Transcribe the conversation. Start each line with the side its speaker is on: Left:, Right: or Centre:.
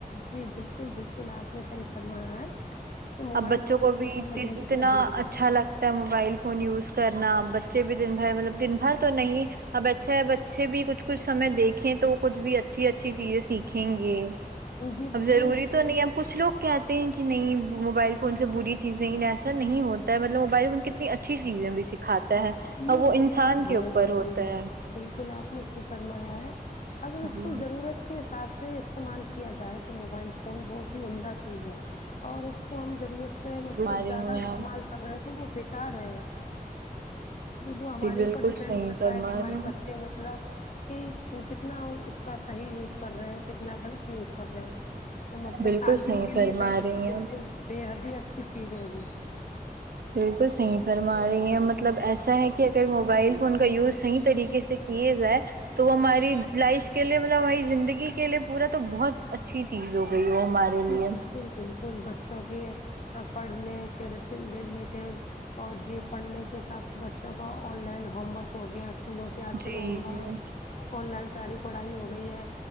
Left: جی بالکل بالکل آپ نے صحیح فرمایا ہے کہ موبائل
Right: اب بچوں
Left: فون
Right: کو بھی
Left: کے بنا
Right: اتی
Left: زندگی
Right: سی اتنا
Left: ادھوری
Right: اچھا لگ تا موبائل فون یوز کرنا بچے بھی دن بھر مطلب دن بھر تو نہیں اب اچھا ہے بچے بھی کچھ کچھ سمے دیکھیں تو کچھ بھی اچھی اچھی چیزیں سیکھیں گے
Left: ہے جی
Right: اب
Left: بالکل
Right: ضروری تو نہیں اب کچھ لوگ کہتے ہیں کہ نہیں موبائل فون سے بری چیزیں ہی ایسا نہیں ہوتا مطلب موبائل میں ان کتنی اچھی چیزیں بھی سکھاتے ہوتا ہے
Left: نہیں
Right: اب وہ
Left: موبائل
Right: انسان
Left: ہاں
Right: کے اوپر
Left: بالکل
Right: ہوتا ہے
Left: بالکل آپ نے اسے فرمایا ہے اگر اس
Right: جی
Left: کو ضرورت کے حساب سے استعمال کیا جائے تو موبائل فون بہت ہی عمدہ چیز ہے اور اس کو ہم ضرورت سے سے مطلب
Right: فرما رہی
Left: زیادہ
Right: ہیں
Left: استعمال
Right: آپ
Left: کر رہے ہیں تو وہ بیکار ہے وہ ہمارے
Right: جی بالکل
Left: اوپر ڈپینڈ
Right: صحیح
Left: کرتا
Right: فرما
Left: ہے کہ ہمارے
Right: رہی ہوں
Left: بچے مطلب کی کتنا اس کا صحیح یوج کر رہے ہیں کتنا غلط یوج کر رہے ہیں تو مطلب
Right: بالکل
Left: تعلیم
Right: صحیح
Left: کے
Right: فرما
Left: لیے بیسٹ
Right: رہی ہیں
Left: بالکل بے حد ہی اچھی چیز ہے وہ
Right: بالکل صحیح فرما رہی ہیں مطلب ایسا ہے کہ اگر موبائل فون کا یوز صحیح طریقے سے کیے جائے تو وہ ہماری لائف کے لیے مطلب ہماری زندگی کے لیے پورا تو بہت اچ اچھی چیز ہو گئی وہ ہمارے لیے
Left: بالکل جی بالکل بچوں کے پڑھنے کے ریلیٹیو اور جے یہ پڑھنے کے حساب سے بچوں کا آن لائن ہوم ورک ہو گیا اس اسکولوں سے آج کل
Right: جی
Left: ہوم ورکس
Right: جی
Left: آن لائن ساری پڑھائی ہو گئی ہے